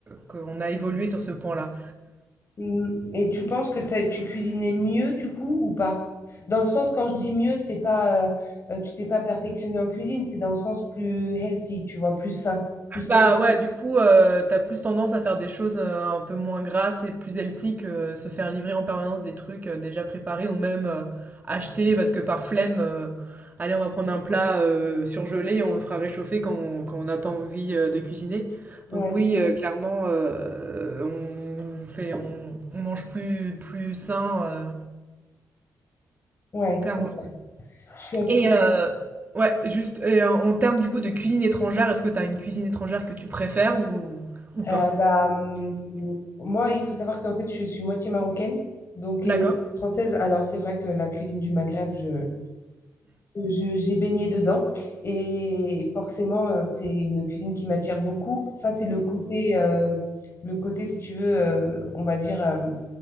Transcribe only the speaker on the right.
qu'on a évolué sur ce point-là.
Bah ouais, du coup, euh, t'as plus tendance à faire des choses euh, un peu moins grasses et plus healthy que euh, se faire livrer en permanence des trucs euh, déjà préparés ou même euh, acheter parce que par flemme, euh, allez, on va prendre un plat euh, surgelé et on le fera réchauffer quand on, quand on n'a pas envie euh, de cuisiner.
Donc
oui, euh, clairement, euh, on fait, on, on mange plus, plus sain, euh,
clairement.
Et
euh, ouais, juste, et en, en termes du coup de cuisine étrangère, est-ce que t'as une cuisine étrangère que tu préfères ou, ou pas?
D'accord.